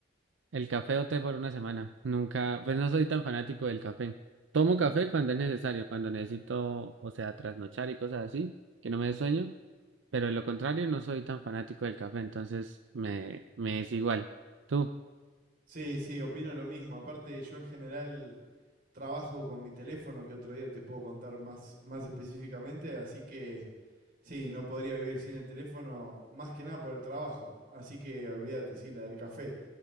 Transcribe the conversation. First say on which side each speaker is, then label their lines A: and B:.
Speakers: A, on the right; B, on the right.
A: El café o té por una semana. Nunca, pues no soy tan fanático del café. Tomo café cuando es necesario, cuando necesito, o sea, trasnochar y cosas así, que no me dé sueño. Pero de lo contrario, no soy tan fanático del café, entonces me, me es igual. Tú,
B: Sí, sí, opino lo mismo. Aparte, yo en general trabajo con mi teléfono que otro día te puedo contar más, más específicamente, así que sí, no podría vivir sin el teléfono más que nada por el trabajo, así que olvídate, sí, la del café.